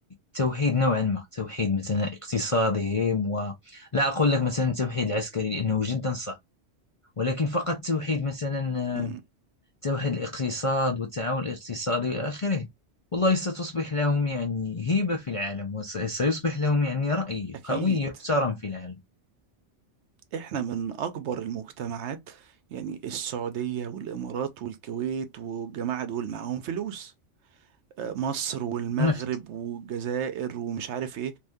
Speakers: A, on the left; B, on the right.
A: بتوحيد نوعا ما توحيد مثلا اقتصادهم ولا أقول لك مثلا توحيد العسكري لأنه جدا صعب ولكن فقط توحيد مثلا
B: مم.
A: آه، توحيد الاقتصاد والتعاون الاقتصادي إلى آخره والله ستصبح لهم يعني هيبة في العالم وسيصبح لهم يعني رأي
B: أكيد
A: قوي يحترم في العالم
B: احنا من اكبر المجتمعات يعني السعودية والامارات والكويت والجماعة دول معاهم فلوس آه، مصر والمغرب
A: نفط
B: والجزائر ومش عارف ايه